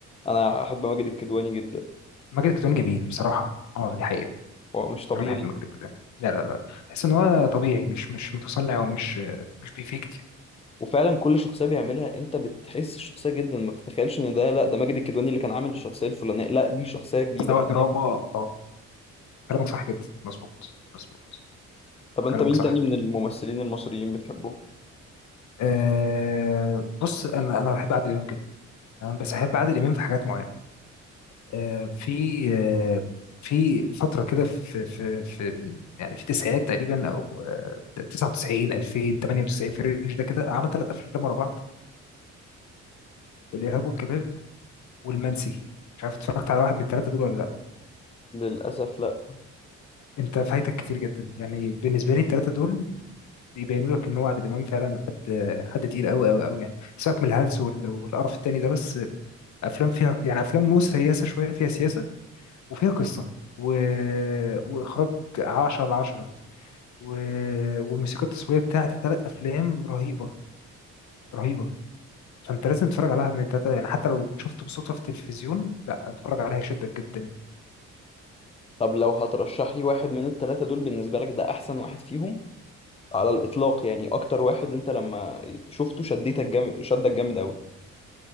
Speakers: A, on the left (about 20°); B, on the left (about 70°).
A: أنا أحب ماجد الكدواني جدا
B: ماجد الكدواني جميل بصراحه اه دي حقيقه
A: هو مش طبيعي
B: انا بحب ماجد الكدواني لا لا لا تحس ان هو طبيعي مش مش متصنع او مش مش بيفيك كتير
A: وفعلا كل شخصيه بيعملها انت بتحس الشخصيه جدا ما بتتخيلش ان ده لا ده ماجد الكدواني اللي كان عامل الشخصيه الفلانيه لا دي شخصيه جديده
B: سواء
A: تماما
B: دراما اه كلامك صح جدا مظبوط مظبوط
A: طب انت
B: كلامك
A: مين
B: صح
A: تاني من الممثلين المصريين بتحبه
B: آه بص انا انا بحب عادل امام جدا تمام بس احب عادل امام في حاجات معينه آه في آه في فتره كده في في في يعني في التسعينات تقريبا او آه 99 2000 98 في الرينج ده كده عمل ثلاث افلام ورا بعض الارهاب والكباب والمنسي مش عارف اتفرجت على واحد من الثلاثه دول ولا لا
A: للاسف لا
B: انت فايتك كتير جدا يعني بالنسبه لي الثلاثه دول بيبينوا لك ان هو عادل امام فعلا حد حد تقيل قوي قوي قوي يعني سيبك من الهلس وال- والقرف التاني ده بس افلام فيها يعني افلام مو سياسه شويه فيها سياسه وفيها قصه و... واخراج 10 على 10 و... والموسيقى التصويريه بتاعت الثلاث افلام رهيبه رهيبه فانت لازم تتفرج على واحد من الثلاثه يعني حتى لو شفته بالصدفه في التلفزيون لا اتفرج عليها يشدك جدا يعني
A: طب لو هترشح لي واحد من الثلاثه دول بالنسبه لك ده احسن واحد فيهم على الاطلاق يعني اكتر واحد انت لما شفته شديتك جامد شدك جامد قوي